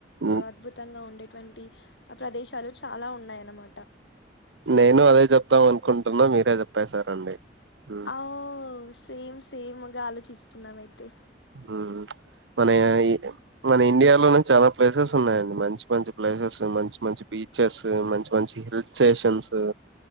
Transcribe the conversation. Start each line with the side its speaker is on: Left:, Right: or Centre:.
Right: మ్మ్
Left: అద్భుతంగా ఉండేటువంటి ప్రదేశాలు చాలా ఉన్నాయన్నమాట
Right: నేను అదే చెప్తాం అనుకుంటున్నా మీరే చెప్పేశారండి. మ్మ్
Left: అ ఓ సేమ్ సేమ్గా ఆలోచిస్తున్నాము అయితే
Right: ఊ మన ఏ
Left: మన
Right: మన ఇండియా లోనా చాలా ప్లేసెస్ ఉన్నాయండి మంచి మంచి ప్లేసెస్ మంచి మంచి బీచెస్ మంచి మంచి ఈ హృచషన్స్